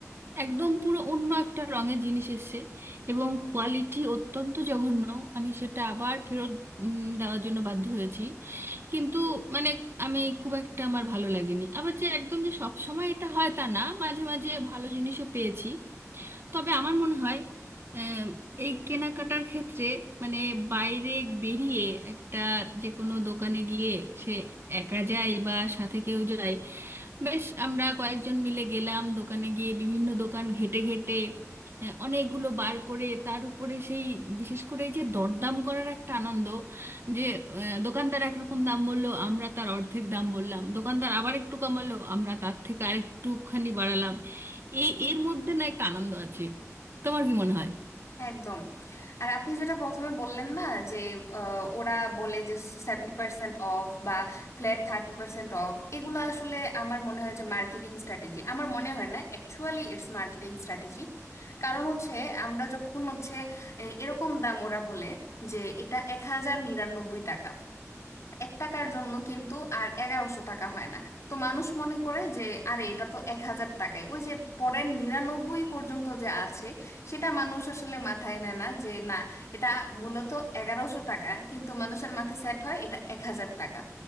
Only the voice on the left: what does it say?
একদম আর আপনি যেটা প্রথমে বললেন না যে আহ, ওরা বলে যে সেভেন্টি পার্সেন্ট অফ বা ফ্ল্যাট থার্টি পার্সেন্ট অফ এগুলো আসলে আমার মনে হয় যে মার্কেটিং স্ট্র্যাটেজি আমার মনে হয় না অ্যাকচুয়ালি ইটস মার্কেটিং স্ট্র্যাটেজি কারণ হচ্ছে আমরা যখন হচ্ছে এ- এরকম দাম ওরা বলে যে এটা এক হাজার নিরানব্বই টাকা এক টাকার জন্য কিন্তু আর এগারোশো টাকা হয় না তো মানুষ মনে করে যে আরে এটা তো এক হাজার টাকায় ওই যে পরের নিরানব্বই পর্যন্ত যে আছে সেটা মানুষ আসলে মাথায় নেয় না যে না এটা মূলত এগারোশো টাকা কিন্তু মানুষের মাথায় সেট হয় এটা এক হাজার টাকা